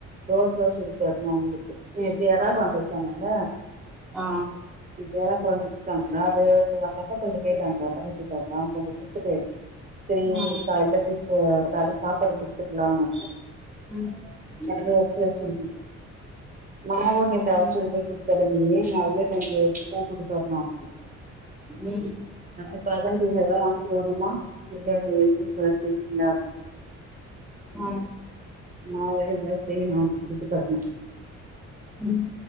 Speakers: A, on the right (about 30°); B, in the centre.
A: தோச சுட்டு தரணு அவுங்களுக்கு நேத்து எறா கொழம்பு வச்சாங்கல்ல
B: ஆ
A: நேத்து எறா கொழம்பு வச்சுட்டாங்க அது அந்த அக்கா கொஞ்ச கேட்டாங்க பக்கத்து வீட்டு அக்கா கொஞ்ச குடுத்துட்டு செய்றேக்கா
B: ஆ
A: இல்லாட்டி க காலல சாப்பாடு குடுத்துருந்தாங்க
B: ம்
A: அததா உட்டு வச்சுருந்த நா ஒன்னு டாஸ்ட்டு
B: ம்
A: எது குடுத்தாலுமே அதுல கொஞ்ச எடுத்துதா குடுத்தர்ணு அவுங்களுக்
B: ம்
A: இப்ப அதான் கேட்ட எதா வாங்கிட்டு வரணுமா இல்ல எது <inaudible> செய்வீர்களா அப்டினு
B: ஆ
A: நா <unintelligible> எதா செய்ணு சுட்டுத் தர்ணு
B: ம்